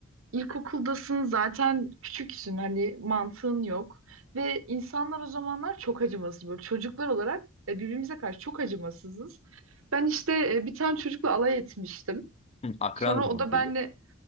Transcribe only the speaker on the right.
ilkokuldasın zaten küçüksün hani mantığın yok. Ve insanlar o zamanlar çok acımasız böyle çocuklar olarak e, birbirimize karşı çok acımasızız. Ben işte e, bir tane çocukla alay etmiştim.
Sonra
o da benle